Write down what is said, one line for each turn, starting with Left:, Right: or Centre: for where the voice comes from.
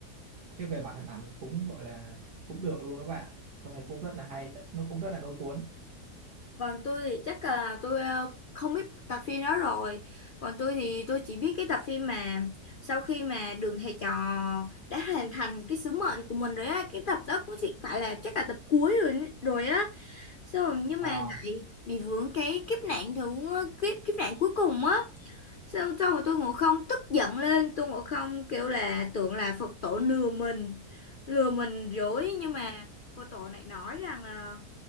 Right: cái về mặt hình ảnh cũng gọi là cũng được luôn đó bạn tôi thấy cũng rất là hay nó cũng rất là lôi cuốn
Left: Còn tôi thì chắc là tôi ờ, không biết tập phim đó rồi. Còn tôi thì tôi chỉ biết cái tập phim mà sau khi mà Đường Thầy Trò đã hoàn thành cái sứ mệnh của mình rồi á, cái tập đó cũng chỉ phải là chắc là tập cuối rồi rồi á. Xong rồi nhưng
Right: À,
Left: mà lại bị vướng cái kiếp nạn thứ kiếp kiếp nạn cuối cùng á. Xong xong rồi tôi ngồi không tức giận lên, tôi ngồi không kêu là tưởng là Phật tổ lừa mình, lừa mình dối nhưng mà Phật tổ lại nói rằng ờ,